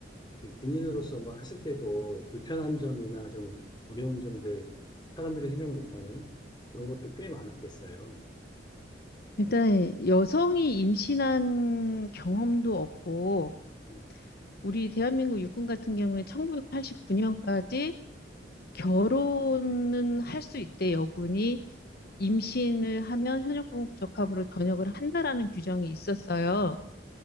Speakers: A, on the left; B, on the left.
A: 그 군인으로서 뭐 하실 때도 불편한 점이나 좀 어려운 점들, 사람들이 생각 못하는 그런 것도 꽤 많았겠어요.
B: 일단 여성이 임신한 경험도 없고,
A: 음.
B: 우리 대한민국 육군 같은 경우에 1989년까지 결혼은 할 수 있대, 여군이. 임신을 하면 현역부분 부적합으로 전역을 한다라는 규정이 있었어요.